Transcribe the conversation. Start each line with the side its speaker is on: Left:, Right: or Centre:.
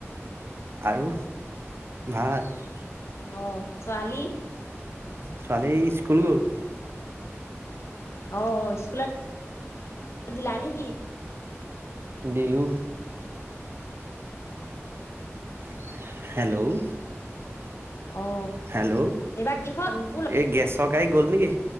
Right: আৰু, ভাল? <inaudible>
Left: অ ছোৱালি?
Right: ছোৱালী স্কুল গ'ল।
Left: অ স্কুলত দিলা নেকি
Right: দিলোঁ <unintelligible> হেল্ল'
Left: অ
Right: হেল্ল'।
Left: এইবাৰ কিহত মোকো ল
Right: এই গেছ গাৰি গ'ল নেকি?